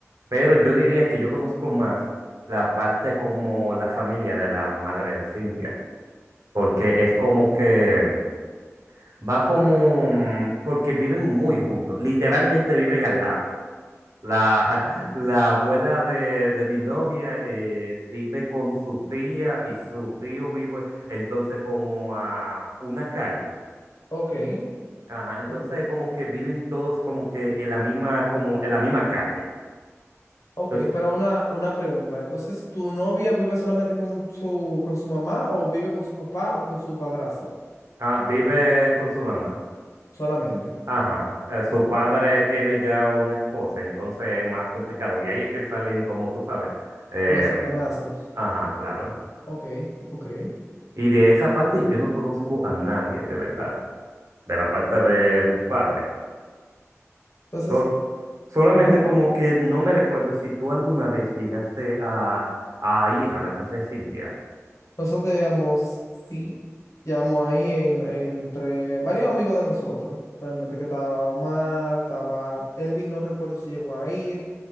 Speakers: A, on the right; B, on the left.
A: Pero yo diría que yo conozco más la parte como la familia de la madre de Cintia, porque es como que va como, mm, porque viven muy juntos, literalmente viven al lado. La, <laughs> la abuela de, de mi novia eh, vive con su tía y su tío vive entonces como a una calle.
B: ok.
A: Ajá, entonces
B: Ok,
A: como que viven todos como que en la misma, como en la misma calle.
B: ok,
A: Entonces,
B: pero una, una pregunta. Entonces, ¿tu novia vive solamente con su, con su mamá o vive con su papá o con su padrastro?
A: ah, vive con su mamá.
B: Solamente.
A: Ajá. eh, su padre tiene ya una esposa, entonces es más complicado. De ahí es que salen, como tú sabes. em,
B: Los hermanastros.
A: ajá, claro.
B: Ok, ok.
A: Y de esa parte yo no conozco a nadie, de verdad. De la parte del padre.
B: Entonces,
A: Sol- solamente
B: ajá.
A: como que no me recuerdo si tú alguna vez llegaste a, a ir a la casa de Cintia.
B: Nosotros llegamos, sí, llegamos ahí en- entre varios amigos de nosotros. Realmente que estaba Omar, estaba Elvin, no recuerdo si llegó a ir,